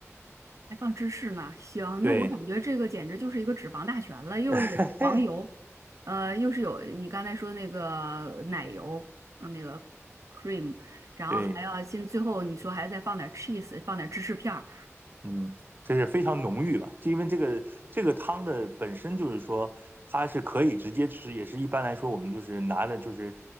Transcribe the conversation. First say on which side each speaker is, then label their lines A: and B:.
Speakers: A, on the right (about 80°); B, on the right (about 40°).
A: 还放芝士呢。行，
B: 对。
A: 那我感觉这个简直就是一个脂肪大全了，又是有黄油，
B: <laughs>
A: 呃，又是有你刚才说那个奶油，呃那个 cream，然后还要先最后你说还要再放点
B: 对，
A: cheese，放点芝士片儿。
B: 嗯，这是非常浓郁吧？就因为这个这个汤的本身就是说，它是可以直接吃，也是一般来说我们就是拿了就是